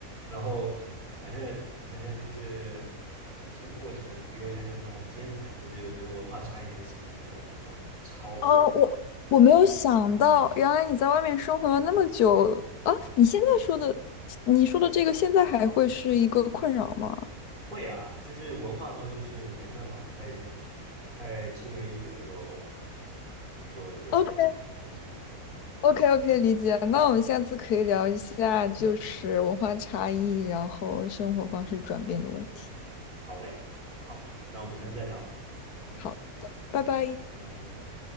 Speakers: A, on the right (about 30°); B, on the left (about 85°).
A: 然后反正反正就是这个过程比我想象中还艰难，就是我觉得文化差异还是差挺多的啊，超多。
B: 哦，我我没有想到，原来你在外面生活了那么久啊！你现在说的，你说的这个，现在还会是一个困扰吗
A: 会啊，就是文化东西是没办法太太轻而易举的就就就
B: ？OK
A: 就解决了啊。
B: OK OK，理解。那我们下次可以聊一下，就是文化差异，然后生活方式转变的问题。
A: 好嘞，好，那我们下次再聊，嗯，
B: 好的，拜拜。
A: 拜。